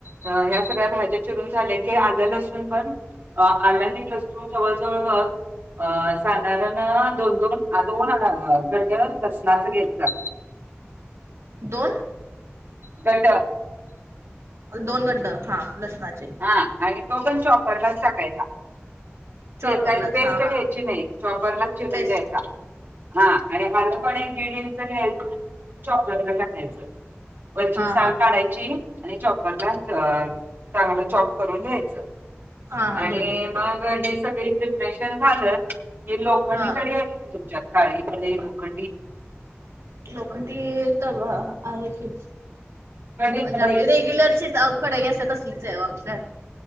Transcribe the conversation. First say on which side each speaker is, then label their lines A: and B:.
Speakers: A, on the right; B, on the right.
A: ह्या सगळ्या भाज्या चिरून झाल्या क आलं ण जवळ जवळ अ साधारण दोन दोन दोन गड्ड कसनाच घ्यायचा
B: दोन
A: गट
B: दोन गड्ड हां लसणाचे
A: हा आणि तो पण शॉपरलाच टाकायचा
B: चॉपरलाच
A: चिता पेस्ट
B: हा हा
A: घ्यायची नाही चॉबरला चिरून
B: बेस्ट
A: घ्यायचा हा आणि हल पण एक खे चॉपरला काढायचं वरची
B: हा
A: सा
B: हा
A: काढायची आणि चॉपरला चांगलं चॉप करून घ्यायच
B: हा
A: आणि
B: हा दोन्ही पण
A: मग सग प्र्रेशन झा लोखंडीकडे
B: हा
A: तम काळी प्र लोकडी
B: नोकरी तर आहे की
A: कढई
B: म्हणजे
A: कढई
B: आपली रेग्युलरची कडई अस तसलीच आहे आल्या